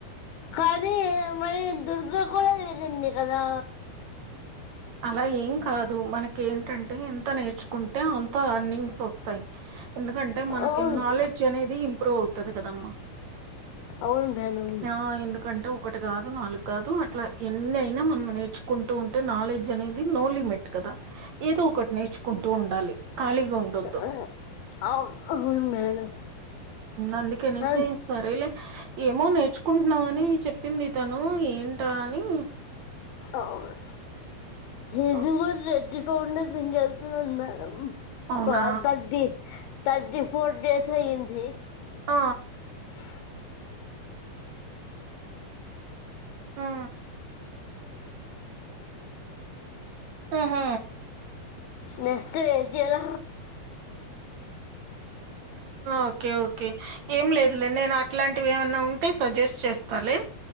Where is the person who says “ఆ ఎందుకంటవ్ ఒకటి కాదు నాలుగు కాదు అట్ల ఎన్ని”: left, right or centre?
Right